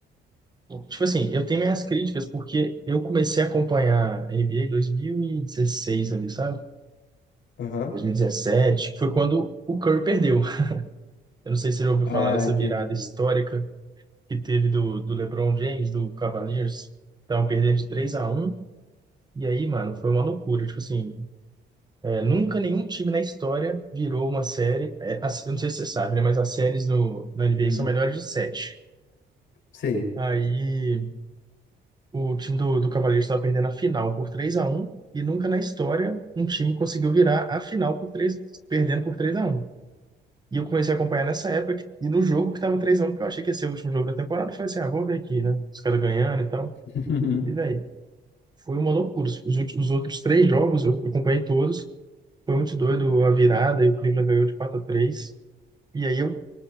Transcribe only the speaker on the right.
Uhum. Tipo assim, eu tenho minhas críticas porque eu comecei a acompanhar N B a NBA em 2016 ali, sabe?
2017, que foi quando o Curry perdeu. Eu não sei se você já ouviu
falar dessa
virada histórica que teve do, do LeBron James, do Cavaliers. Estavam perdendo de 3 a um E aí, mano, foi uma loucura. Tipo assim, é, nunca nenhum time na história virou uma série. É, as- eu não sei se você sabe, né? Mas as séries no, na NBA
são melhores de 7.
Aí o time do, do Cavaliers estava perdendo a final por 3 a um E nunca na história um time conseguiu virar a final por três perdendo por 3 a um. E eu comecei a acompanhar nessa época, que- e no jogo que tava 3x1, porque eu achei que ia ser o último jogo da temporada, eu falei assim, ah, vou ver aqui, né? Os caras ganhando e tal.
E daí, foi uma loucura. Os, últimos, os outros três jogos, eu eu acompanhei todos, foi muito doido a virada, e o Cleveland ganhou de quatro a três E aí eu,